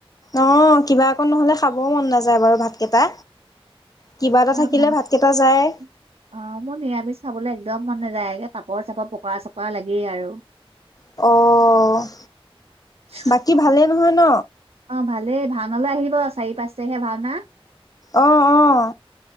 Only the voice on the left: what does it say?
অহ, কিবা অকণ নহলে খাবও মন নাযায় বাৰু ভাতকেইটা। কিবা এটা থাকিলে
ভাতকেইটা যায়।
অ',
বাকী ভালেই নহয় ন?
অহ - অহ